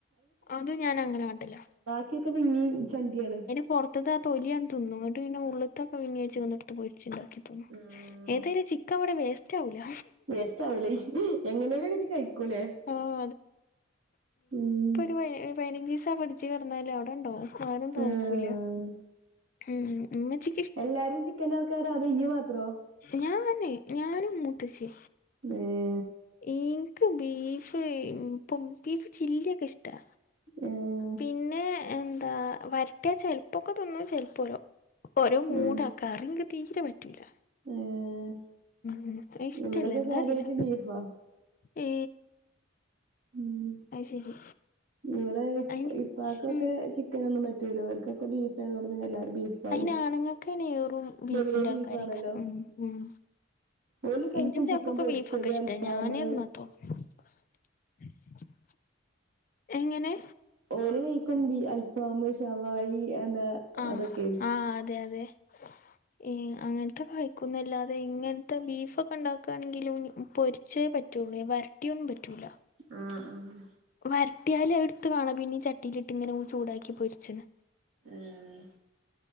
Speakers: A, on the left; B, on the right.
A: അതും ഞാൻ അങ്ങനെ കണ്ടില്ല
B: ഒക്കെ പിന്നേം ചണ്ടിയാണ്
A: പുറത്തത്തെ ആ തൊലിയാണ് ന്ന ഇങ്ങട്ട് പിന്നെ ഉള്ളത്തൊക്കെ വിനച്ച കടുത്ത് പോൊിുണ്ടാക്കി തോന്നു
B: ആഹ്
A: ഏതായാലും ചിക്കൻ ഇവിടെ വേസ്റ്റ് ആവില്ല
B: വേസ്റ്റാവുലെ എങ്ങനെലും ച്ചി കഴിക്കൂലേ
A: ആഹ്
B: ഉം
A: <unintelligible> പയിനാജുസ ച കെടന്നാലും അവിടെണ്ടാവും ആരും നോക്കൂല
B: ആഹ്
A: ഉം ഉമ്മച്ചി
B: എല്ലാരും ചിക്കൻ ആൾക്കാരാ അതേ ഈ മാത്രോ?
A: ഞാൻ തന്നെ ഞാനും മൂത്തശ്ശി.
B: ഉം
A: യീന്ക് ബീഫ് ഇപ്പും ബീഫ് ചില്ലിയൊക്കെ ഇഷ്ടാ.
B: ഉം
A: പിന്നെ എന്താ വരട്ടിയ ചെലപ്പൊക്കെ തിന്നും ചെലപ്പോലോ ഓരോ മൂടാ
B: ഏഹ്
A: കറി നിക്ക്തീരെ പറ്റൂല.
B: ഏഹ്
A: ഉം ഇഷ്ടല്ല
B: ഇവിടൊക്കെ
A: എന്താറീല
B: കാര്യായിട്ട് ബീഫാ
A: ഈ
B: ഉം
A: ശരി
B: ഇവടെ
A: അയിന്
B: ഇപ്പാക്കൊക്കെ
A: ഉം
B: ചി ക്കനൊന്നും പറ്റൂലാ അവൽക്കൊക്കെ ബീഫായതോണ്ട് പിന്നെല്ലാരും ബീഫ് ബീഫായി
A: അയിനാണുങ്ങക്ക് നെറും ബീഫിന്റെ
B: പൊതുവേ ബീഫാണല്ലോ
A: <unintelligible> കാരൊക്കെ ഉം ഉം
B: ഓല് കഴിക്കും
A: എന്റെ പുയപ്ലക്ക്
B: ചിക്കൻ പൊരിച്ചത്
A: ബീഫൊക്കെ ഇഷ്ട്ടാ
B: അൽഫാമ്
A: ഞാന് ന <unintelligible> എങ്ങനെ?
B: ഓല് കഴിക്കും ബി അൽഫാമ്, ശവായി എന്താ
A: ആഹ്
B: അതൊക്കെ
A: ആഹ് അതെ അതെ ഈ അങ്ങന ത്തെ കഴിക്കുന്നല്ലാതെ ഇങ്ങൻത്തെ ബീഫൊക്കെണ്ടാക്ക ക്കണെങ്കിലും പൊരിച്ചേ പറ്റുള്ളൂ വരട്ടിയൊന്നും പറ്റൂലാ
B: ആഹ് ആഹ്
A: വരട്ടിയാല് എടുത്ത് കാണാ പിന്നീ ചട്ടീലിട്ട് ഇങ്ങനെ ചൂടാക്കി പൊരിച്ചണ്.
B: ആഹ്